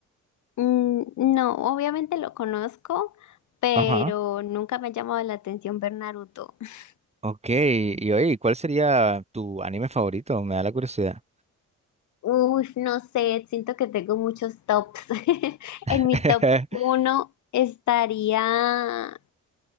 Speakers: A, on the left; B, on the right.
A: Mm, no, obviamente lo conozco, pero
B: Ajá.
A: nunca me ha llamado la atención ver Naruto. <laughs>
B: Ok, y oye, ¿cuál sería tu anime favorito? Me da la curiosidad.
A: Uy, no sé, siento que tengo muchos tops. <laughs>
B: <laughs>
A: En mi top uno estaría